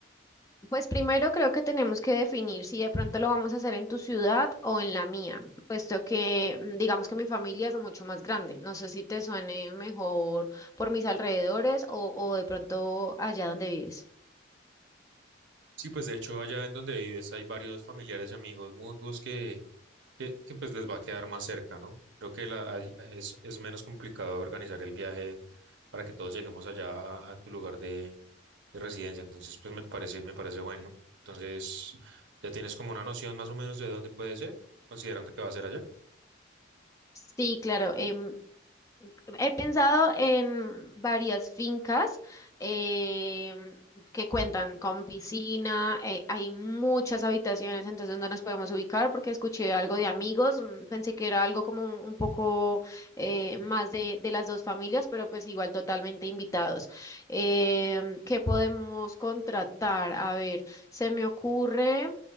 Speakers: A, on the left; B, on the right.
A: Pues primero creo que tenemos que definir si de pronto lo vamos a hacer en tu ciudad o en la mía, puesto que mm, digamos que mi familia es mucho más grande. No sé si te suene mejor por mis alrededores o, o de pronto allá donde vives.
B: Sí, pues de hecho allá en donde vives hay varios familiares y amigos mutuos que que, que pues les va a quedar más cerca, ¿no? Creo que la, hay- es, es menos complicado organizar el viaje para que todos lleguemos allá a, a tu lugar de, de residencia. Entonces, pues me parece, me parece bueno. Entonces, ya tienes como una noción más o menos de dónde puede ser, considerando que va a ser allá.
A: Sí, claro. em, He pensado en varias fincas em, que cuentan con piscina, eh, hay muchas habitaciones, entonces no nos podemos ubicar porque escuché algo de amigos, mm, pensé que era algo como un un poco eh, más de, de las dos familias, pero pues igual totalmente invitados. Em, ¿qué podemos contratar? A ver, se me ocurre...